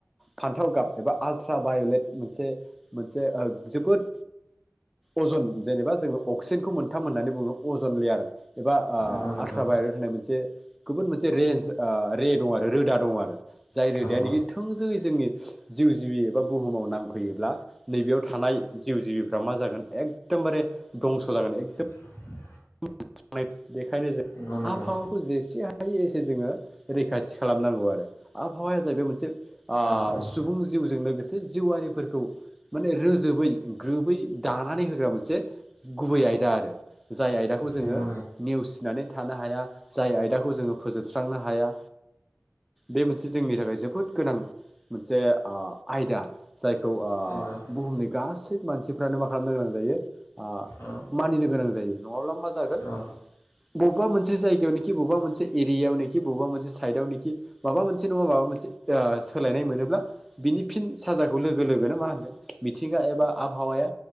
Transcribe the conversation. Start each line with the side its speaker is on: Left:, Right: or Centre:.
Centre: फान्थाव गाब एबा आल्ट्रा बायलेट मोन से मोनसे अ जोबोद अजन जेनेबा जोङो अक्सेनखौ मोनथाम होननानै बुङो अजन लेयार एबा आ
Left: नंगौ नंगौ
Centre: आल्ट्राभायरेट होननाय मोनसे गुबुन मोनसे रेन्ज अ रे दं आरो रोदा दङ आरो जाय रोदाया
Left: औ औ
Centre: नोखि थों ङै जोंनि जिउ जिबि एबा बुहुमाव नांफैयोब्ला नैबेयाव थानाय जिउ जिबिफ्रा मा जागोन एकदमबारे दंस' जागोन एकदम
Left: <inaudible>
Centre: <unintelligible> बेखायनो जों
Left: नंगौ नंगौ
Centre: आबहावाखौ जेसे हायो हायो एसे जोङो रैखाथि खालामनांगौ आरो आबहावाया जाहैबाय मोनसे अ
Left: औ औ
Centre: सुबुं जिउजों लोगोसे जिउआरिफोरखौ माने रोजोबै ग्रोबै दानानै होग्रा मोनसे गुबै आय दा आरो जाय आयदाखौ जोङो
Left: नंगौ नंगौ
Centre: नेवसिनानै थानो हाया जाय आयदाखौ जोङो फोजोबस्रांनो हाया बे मोनसे जोंनि थाखाय जोबोद गोनां मोनसे आ आयदा। जायखौ अ
Left: नंगौ
Centre: बुहुमनि गासै मानसिफ्रानो मा खालामनो गोनां जायो आ
Left: औ
Centre: मानिनो गोनां जायो नङाब्ला मा जागोन ब
Left: औ
Centre: बबा मोनसे जायगायावनिखि बबबा मोनसे एरियावनेखि बबेबा मोनसे साइदावनेखि माबा मोनसे नङा माबा मोनसे ओ ओ सोलायनाय मोनोब्ला बिनि फिन साजाखौ लोगो लोगोनो मा होनगोन मिथिंगा एबा आबहावाया।